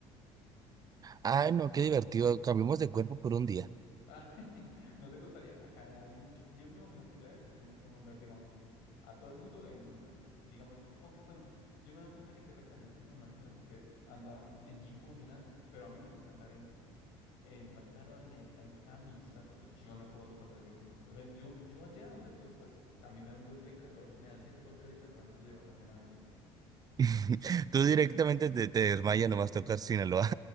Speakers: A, on the right; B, on the left.
A: ay, no, qué divertido, cambiamos de cuerpo por un día.
B: Ah, <laughs> ¿No te gustaría? Acá hay mucho. Yo me imagino que allá debe ser muy común ver, digamos, a todo el mundo en, digamos, eh, aunque bueno, yo me he dado cuenta que en Tierra Caliente normalmente la gente anda en jean como si nada, pero a mí me toca andar en, en pantaloneta, en camisa, porque yo no puedo soportar ese clima. O sea, yo, yo allá donde tú estás, a mí me da un golpe de calor, me dan siete golpes de calor antes de bajarme el avión.
A: <laughs> Tú directamente te, te desmayas, nomás tocar Sinaloa.